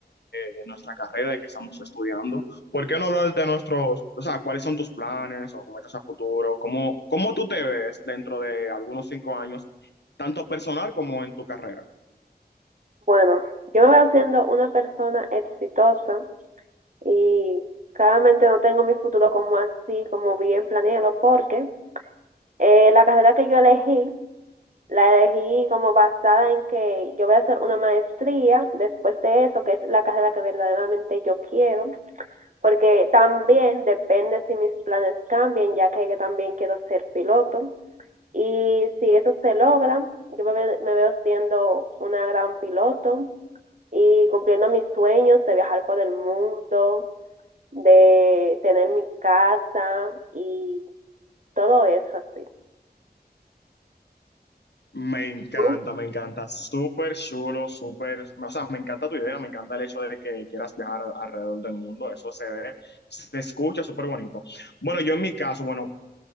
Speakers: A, on the left (about 80°); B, on the right (about 45°).
A: de nuestra carrera, de que estamos estudiando, ¿por qué no hablar de nuestros, o sea, cuáles son tus planes o metas a futuro? ¿Cómo, cómo tú te ves dentro de algunos cinco años, tanto personal como en tu carrera?
B: Bueno, yo me veo siendo una persona exitosa y claramente no tengo mi futuro como así, como bien planeado, porque eh, la carrera que yo elegí, la elegí como basada en que yo voy a hacer una maestría después de eso, que es la carrera que verdaderamente yo quiero, porque también depende si mis planes cambian, ya que yo también quiero ser piloto. Y si eso se logra, yo me, ve- me veo siendo una gran piloto y cumpliendo mis sueños de viajar por el mundo, de tener mi casa y todo eso así.
A: Me encanta,
B: ¿Tú?
A: me encanta, súper chulo, súper, o sea, me encanta tu idea, me encanta el hecho de que quieras viajar a- alrededor del mundo, eso se ve, se escucha súper bonito. Bueno, yo en mi caso, bueno,